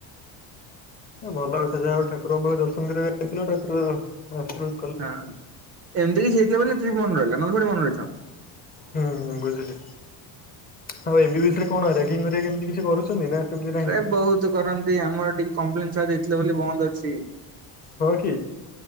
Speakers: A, on the left; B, on the right.
A: ଭଲ କଥା ଯାହା ଆଉ ଠାକୁରଙ୍କ ପାଖରେ ଦର୍ଶନ କରିଆକୁ ଯାଇଥିଲେ ଠାକୁର ଆସିଲେ।
B: ହଁ ଏମତି କିଛି ହେଇଥିଲା ବୋଲି ଟ୍ରିପ୍ ମନେ ରହିଲା ନ ହେଲେ ଥୋଡ଼େ ମନେ ରହିଥାନ୍ତା।
A: ହୁଁ ଉଁ ବୁଝିଲି। ଆଉ ଏବି ବିଷୟରେ କଣ ରେଗିଙ୍ଗ ଘରିକା କେମତି କିଛି କରୁଛନ୍ତି ନା ସେମିତି ନାହିଁ
B: ଆରେ ବହୁତ୍ କରନ୍ତି ଆମର ଟିକେ କମ୍ପ୍ଲେନ ଛୁଆ ଦେଇଥିଲେ ବୋଲି ବନ୍ଦ ଅଛି।
A: ହଁ କି?